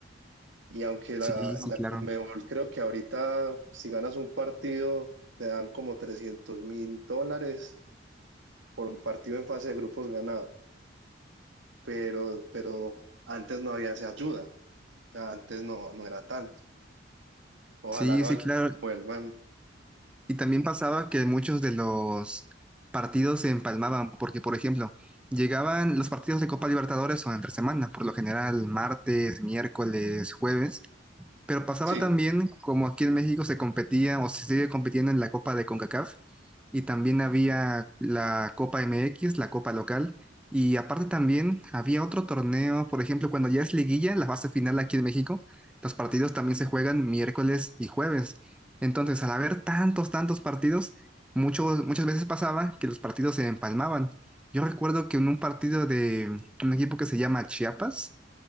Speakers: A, on the right; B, in the centre.
A: y aunque
B: Sí,
A: la,
B: sí,
A: la
B: claro.
A: Conmebol creo que ahorita si ganas un partido te dan como trescientos mil dólares por partido en fase de grupos ganado, pero, pero antes no había esa ayuda, o sea, antes no, no era tanto. Ojalá
B: Sí,
A: gol-
B: sí, claro.
A: vuelvan.
B: Y también pasaba que muchos de los partidos se empalmaban, porque, por ejemplo, llegaban los partidos de Copa Libertadores o entre semana, por lo general martes, miércoles, jueves, pero pasaba
A: Sí,
B: también, como aquí en México se competía o se sigue compitiendo en la Copa de CONCACAF, y también había la Copa MX, la Copa local, y aparte también había otro torneo, por ejemplo, cuando ya es liguilla, la fase final aquí en México, los partidos también se juegan miércoles y jueves. Entonces, al haber tantos, tantos partidos, muchos, muchas veces pasaba que los partidos se empalmaban. Yo recuerdo que en un partido de un equipo que se llama Chiapas,